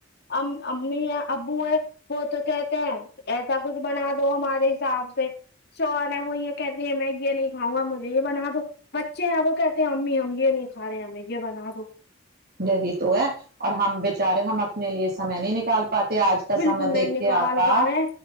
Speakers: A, on the left; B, on the right.
A: ام امی ابو ہے وہ تو کہتے ہیں ایسا کچھ بنا دو ہمارے حساب سے شوہر ہے وہ یہ کہتے ہیں میں یہ نہیں کھاوں گا مجھے یہ بنا دو بچے ہیں وہ کہتے ہیں امی ہم یہ نہیں کھا رہے ہیں ہمیں یہ بنا دو
B: یہی تو ہے اور ہم بےچارے ہم اپنے لیے سمے نہیں نکال پاتے آج کا
A: بالکل
B: سمے دیکھ
A: نہیں
B: کے
A: نکال
B: آپا
A: پا رہے